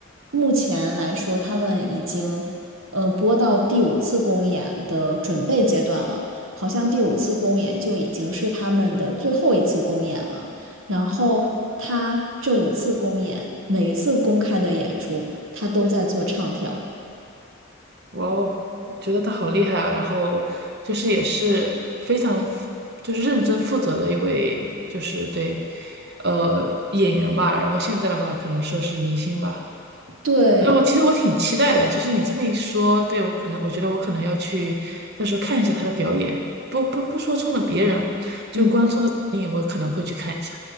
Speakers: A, on the right; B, on the right.
A: 目前来说他们已经呃播到第五次公演的准备阶段了，好像第五次公演就已经是他们的最后一次公演了。然后他这五次公演，每一次公开的演出，他都在做唱跳。
B: 哇哦，我觉得她好厉害啊！然后就是也是非常就是认真负责的一位，就是对，呃，演员吧。然后现在的话，可能说是明星吧。
A: 对，
B: 那我其实我挺期待的，就是你这么一说，对，我可能我觉得我可能要去，到时候看一下他的表演，不不不说冲着别人，就光冲着电影，
A: 嗯。
B: 我可能会去看一下。